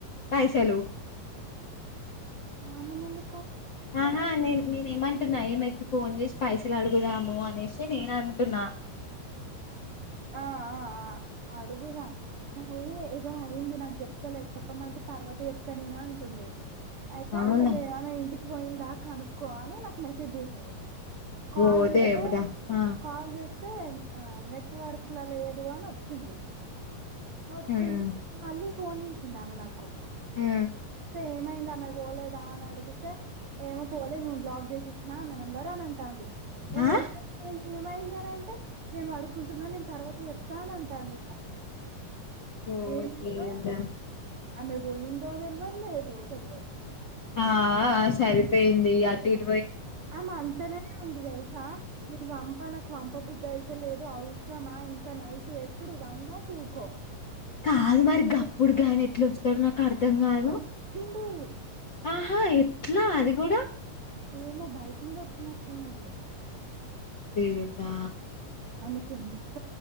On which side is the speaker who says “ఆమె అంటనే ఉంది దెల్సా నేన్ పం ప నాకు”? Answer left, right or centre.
Right